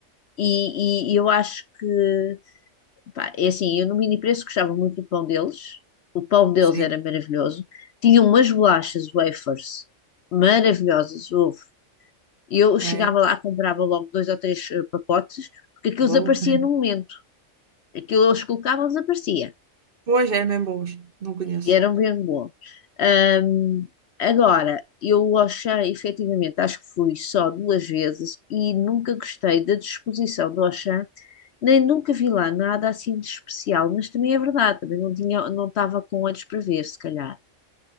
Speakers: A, on the left (about 60°); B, on the right (about 50°).
A: e, e eu acho que, pá, é assim, eu no mini preço gostava muito do pão deles, o pão deles
B: Sim.
A: era maravilhoso, tinham umas bolachas wafers maravilhosas, houve e eu
B: É.
A: chegava lá, comprava logo dois ou três eh, pacotes, porque aquilo
B: Vou.
A: desaparecia
B: <laughs>
A: no momento. Aquilo eles colocavam, desaparecia.
B: Pois, é mesmo boas. Não conheço.
A: E eram bem bom. Ahm, agora, eu Auchan, efetivamente, acho que fui só duas vezes e nunca gostei da disposição do Auchan, nem nunca vi lá nada assim de especial, mas também é verdade, também não tinha, não estava com olhos para ver, se calhar.